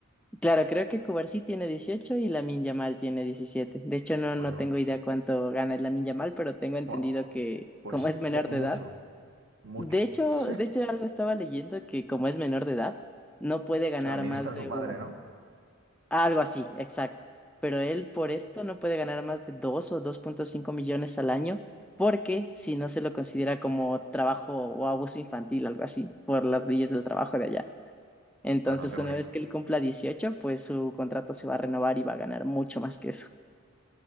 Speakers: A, in the centre; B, on the right.
A: claro, creo que Cubarsí tiene 18 y Lamine Yamal tiene 17. De hecho, no,
B: Pues,
A: no
B: yo-
A: tengo idea cuánto gana el Lamine Yamal, pero tengo entendido
B: ¡buah!
A: que
B: pues
A: como es menor
B: po- mucho,
A: de edad,
B: mucho.
A: de hecho,
B: <laughs>
A: de hecho algo estaba leyendo que como es menor de edad, no puede ganar
B: Se lo administra
A: más de
B: su padre,
A: un,
B: ¿no?
A: Algo así, exacto. Pero él por esto no puede ganar más de 2 o dos punto cinco millones al año, porque si no se lo considera como trabajo o abuso infantil, algo así, por las leyes del trabajo de allá. Entonces,
B: Buah, no tengo
A: una
B: ni
A: vez que él cumpla 18 pues su contrato se va a renovar y va a ganar mucho más que eso.